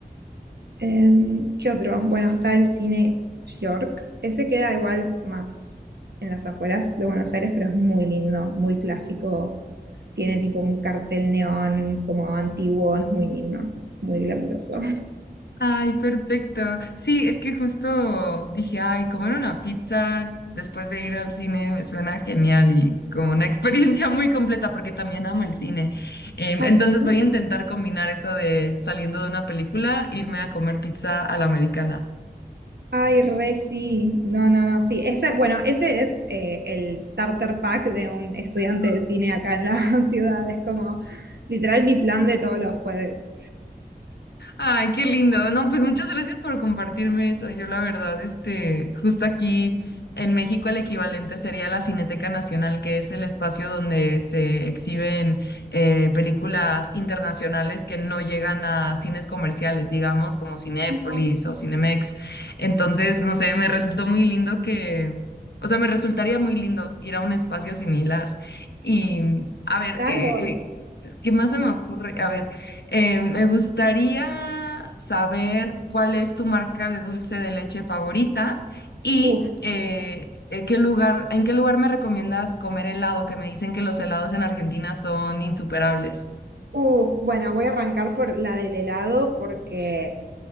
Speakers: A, on the right (about 75°); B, on the left (about 85°).
A: Em, ¿qué otro? Bueno, está el cine York. Ese queda igual más en las afueras de Buenos Aires, pero es muy lindo, muy clásico. Tiene tipo un cartel neón como antiguo, es muy lindo, muy glamuroso.
B: ay, perfecto. Sí, es que justo dije, ay, comer una pizza después de ir al cine me suena genial y como una experiencia <laughs> muy completa porque también amo el cine. Em,
A: ¿Ah,
B: entonces
A: sí?
B: voy a intentar combinar eso de saliendo de una película, irme a comer pizza a la americana.
A: Ay, re sí. No, no, no, sí. Ese, bueno, ese es eh, el starter pack de un estudiante de cine acá en la <laughs> ciudad. Es como literal mi plan de todos los jueves.
B: Ay, qué lindo. No, pues muchas gracias por compartirme eso. Yo la verdad, este, justo aquí en México el equivalente sería la Cineteca Nacional, que es el espacio donde se exhiben eh, películas internacionales que no llegan a cines comerciales, digamos, como Cinépolis
A: Ujú.
B: o Cinemex. Entonces, no sé, me resultó muy lindo que, o sea, me resultaría muy lindo ir a un espacio similar. Y, a ver,
A: Claro.
B: eh, eh, ¿Qué más se me ocurre? A ver, eh, me gustaría saber cuál es tu marca de dulce de leche favorita y
A: Uf,
B: eh, en qué lugar, en qué lugar me recomiendas comer helado, que me dicen que los helados en Argentina son insuperables.
A: uf. Bueno, voy a arrancar por la del helado porque,